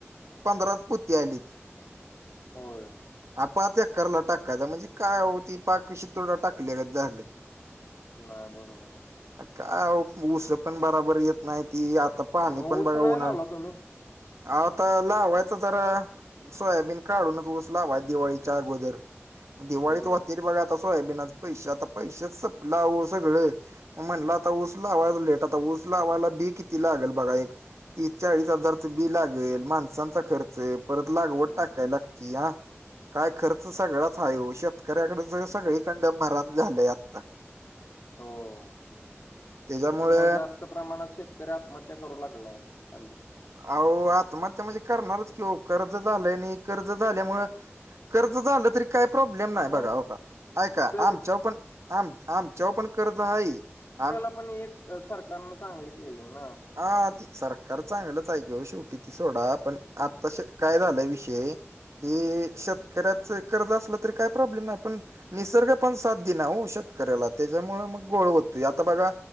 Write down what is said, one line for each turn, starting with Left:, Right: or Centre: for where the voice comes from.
Right: पंधरा पोती आली ती
Left: होय.
Right: हा पाच एकरला टाकायचा म्हणजे काय हो ती पाक शितोडा टाकल्यागत झालं.
Left: नाही बरोबर आहे त
Right: काय ऊस पण बराबर येत नाही ती आता पाणी
Left: मग
Right: पण
Left: ऊस
Right: बघा
Left: नाही लावला
Right: न
Left: तुम्ही
Right: आता लावायच तर सोयाबीन काढूनचस लावायच दिवाळीच्या अगोदर दिवाळीत
Left: बर
Right: वतेरी बघा त सोयाबीनाच पैसे आता पैसेच सपल आहो सगळ म्हणलं आता ऊस लावायचा लेट आता ऊस लावायला बी किती लागेल बघा एक तीस चाळीस हजारचं बी लागेल, माणसांचा खर्च, परत लागवड
Left: हम्म
Right: टाकाय
Left: हम्म हम्म
Right: लागतीया. काय खर्च सगळाच हाय हो शेतकऱ्याकडच सगळीकडन मरण झालंय आता
Left: हो हो
Right: त्याच्यामुळे
Left: त्याच्यामुळ जास्त जास्त प्रमाणात शेतकरी आत्महत्या करू लागला हल्ली
Right: अहो आत्महत्या म्हणजे करणारच की हो कर्ज झालंय नी कर्ज झाल्यामुंळ कर्ज झालं तरी काय प्रॉब्लेम नाही
Left: मग
Right: बघा हो का ऐका
Left: तरी
Right: आमच्यावर पण आम आमच्यावर पण कर्ज हाय आम
Left: आपण एक अ सरकारनं चांगलं केलंय ना
Right: हा सरकार चांगलंच हाय की ओ शेवटी ती सोडा पण आत्ता शेठ काय झालंय विषय हे शेतकऱ्याच कर्ज असलं तरी काही प्रॉब्लेम नाही, पण निसर्ग पण साथ दिना हो शेतकऱ्याला त्याच्यामुळ मग घोळ होतोय आता बघा.